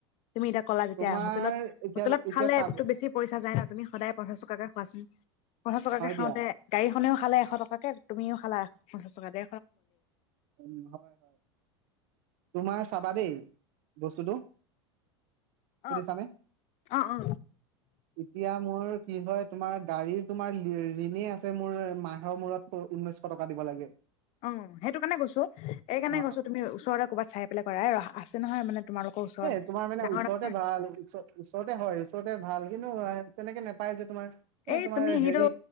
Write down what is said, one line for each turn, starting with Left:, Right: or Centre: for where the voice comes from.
Left: তুমি এতিয়া ক'লা যেতিয়া
Right: তোমাৰ
Left: হোটেলত
Right: এতিয়া
Left: হোটেলত
Right: এতিয়া
Left: খালে
Right: চাব
Left: বেছি পইচা যায় ন তুমি সদায় পঞ্চাছ টকাকে খোৱাচোন পঞ্চাছ টকাকে
Right: হয়
Left: খাওঁতে
Right: দিয়া
Left: গাড়ীখনেও খালে এশ টকাকে তুমিও খালা পঞ্চাছ‌ টকা দে
Right: উ হয় হয় তোমাৰ চাবাদেই বস্তুটো শুধিছানে
Left: অ অ অ
Right: এতিয়া মোৰ কি হয় তোমাৰ গাড়ীৰ তোমাৰ ঋ ঋণেই আছে মোৰ মাহৰ মূৰত উঊনৈশ টকা দিব লাগে।
Left: অ সেইটো কাৰণে কৈছো এইকাৰণে
Right: অ',
Left: কৈছো তুমি ওচৰতে ক'ৰবাত চাই পেলাই কৰাই আ নহয় মানে তোমালোকৰ ওচৰত
Right: এ তোমাৰ মানে
Left: ডাঙৰ
Right: ওচৰতে
Left: ডাঙৰ
Right: বা ওচৰতে হয় ওচৰতে ভাল কিন্তু তেনেকে নেপায় যে তোমাৰ
Left: এই
Right: তোমাৰ
Left: তুমি
Right: হেৰি
Left: সেইটো